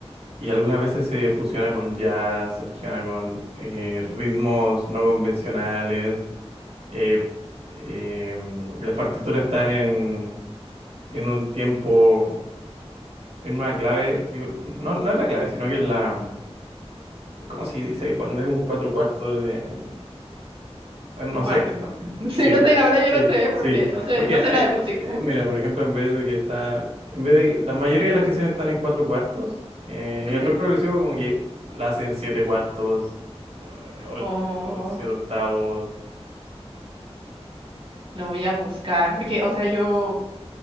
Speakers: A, on the right (about 80°); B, on the right (about 55°).
A: Y algunas veces se fusiona con jazz, se fusiona con eh, ritmos no convencionales. eh, eh, las partituras están en, en un tiempo, en una clave, digo, no, no es la clave, sino que es la, ¿cómo se dice? Cuando es un cuatro cuartos, en- en- no
B: Cuarteto.
A: sé,
B: <laughs>
A: <laughs>
B: Sí,
A: sí,
B: no sé, la verdad yo
A: sí,
B: no sé,
A: sí,
B: porque no sé,
A: porque,
B: no sé
A: hay-
B: nada de
A: eh,
B: música.
A: eh, mira, por ejemplo, en vez de que está, en vez de, la mayoría de las canciones están en cuatro cuartos, eh,
B: Ujú.
A: y el rock progresivo como que la hacen siete cuartos, eh, o, o
B: O
A: siete octavos.
B: lo voy a buscar, porque, o sea, yo,